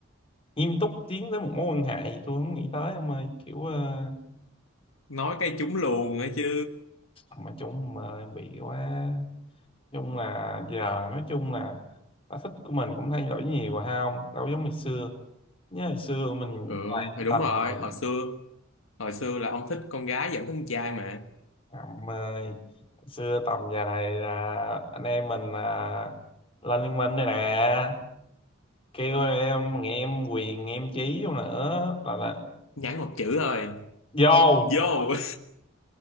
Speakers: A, on the left; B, on the left.
A: Nghiêm túc tiến tới một mối quan hệ thì tôi không nghĩ tới ông ơi. Kiểu ờ,
B: nói cái trúng luôn ấy chứ
A: mà chung mà bị quá. Nói chung là giờ nói chung là sở thích của mình cũng thay đổi nhiều rồi ha ông. Đâu giống ngày xưa. Nhớ ngày xưa mình
B: ừ
A: toàn
B: thì đúng
A: tầm
B: rồi
A: này
B: hồi xưa hồi xưa là ông thích con gái vẫn thích con trai mà
A: Em ơi, xưa tầm giờ này là anh em mình là lên liên minh đây nè kêu em nghe em quyền nghe em chí vô nữa là là
B: nhắn một chữ thôi
A: vô
B: vô